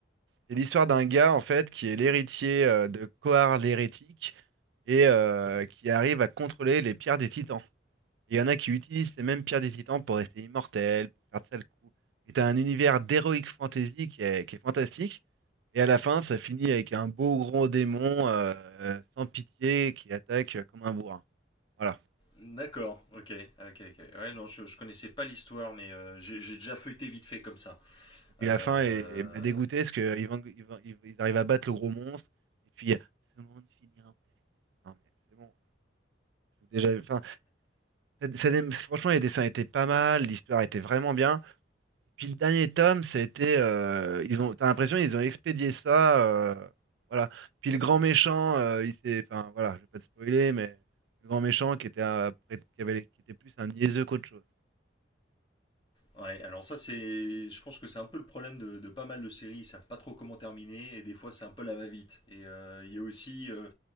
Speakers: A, on the right; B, on the left.
A: C'est l'histoire d'un gars en fait qui est l'héritier euh, de Kohar l'hérétique et euh, qui arrive à contrôler les pierres des titans. Et Il y en a qui utilisent ces mêmes pierres des titans pour rester immortels, pour faire de sales coups. Et t'as un univers d'heroic fantasy qui est, qui est fantastique. Et à la fin, ça finit avec un beau gros démon euh, euh, sans pitié qui attaque euh, comme un bourrin. Voilà.
B: D'accord, ok, ok,
A: Et,
B: ok. Ouais,
A: et
B: non, je, je connaissais pas l'histoire, mais euh, j'ai j'ai déjà feuilleté vite fait comme ça.
A: puis
B: Euh,
A: la fin est- est- m'a dégoûté parce qu'ils ils, vont- ils vont- ils arrivent à battre le gros monstre. Et puis, euh, ce monde finira en paix. Non mais c'est bon. Déjà, enfin, ça- ça franchement, les dessins étaient pas mal, l'histoire était vraiment bien. Puis le dernier tome, ça a été, euh, ils ont, t'as l'impression ils ont expédié ça, euh, voilà. Puis le grand méchant, euh, il s'est, enfin voilà, je vais pas te spoiler, mais le grand méchant qui était un- après- qui avait, qui était plus un niaiseux qu'autre chose.
B: ouais, alors ça c'est, je pense que c'est un peu le problème de, de pas mal de séries, ils savent pas trop comment terminer, et des fois c'est un peu la va-vite. Et euh, il y a aussi, euh,